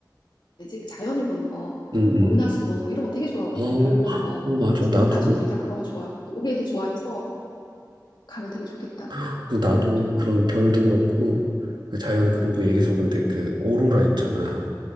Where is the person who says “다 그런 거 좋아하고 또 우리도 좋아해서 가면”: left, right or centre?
Left